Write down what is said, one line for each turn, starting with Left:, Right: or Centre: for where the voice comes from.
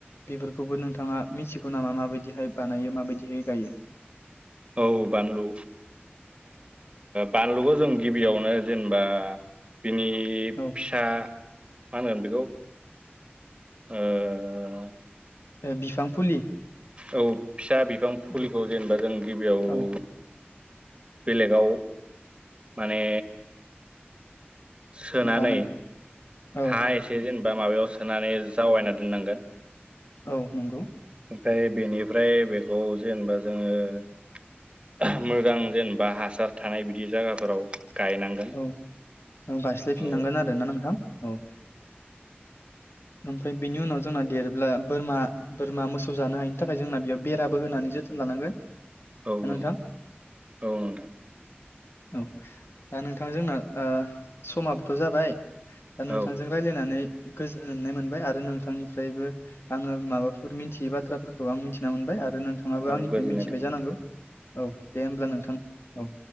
Left: बेफोरखौबो नोंथाङा मिथिगौ नामा माबायदिहाय बानायो माबायदिहाय गायो?
Right: औ बानलु बानलुखौ जों गिबियावनो जेनेबा बिनि
Left: औ
Right: फिसा मा होनगोन बेखौ ओ
Left: ए बिफां फुलि।
Right: औ। फिसा बिफां फुलिखौ
Left: औ
Right: जेनेबा जों गिबियावनो
Left: औ
Right: बेलेगाव माने सोनानै
Left: बानाय औ
Right: हा एसे जेनेबा माबायाव सोनानै जावायना नांगोन
Left: औ नंगौ।
Right: ओमफ्राय बेनिफ्राय बेखौ जेनेबा जोङो मोजां जेनेबा हासार थानाय बिदि जायगाफोराव गायनांगोन
Left: औ औ गायस्लायफिननांगोन
Right: औ
Left: आरोना नोंथां औ ओमफ्राय बेनि उनाव जोंना देरोब्ला बोरमा बोरमा मोसौ जानो हायिनि थाखाय जोंना बेयाव बेराबो होनानै जोथोन लानांगोन।
Right: औ औ
Left: ना नोंथां
Right: औ नोंथां।
Left: औ। दा नोंथां जोंना समाबोथ' जाबाय। दा नोंथांजों
Right: औ
Left: रायलायनानै गोजोननाय मोनबाय आरो नोंथांनिफ्रायबो आङो माबाफोर मिथियै बाथ्राफोरखौ आं मिथि थिना मोनबाय आरो नोंथाङाबो
Right: औ
Left: आंनिफ्राय
Right: गोजोननाय
Left: मिथिबाय
Right: थाबाय
Left: जानांगौ औ दे हब्ला नोंथां औ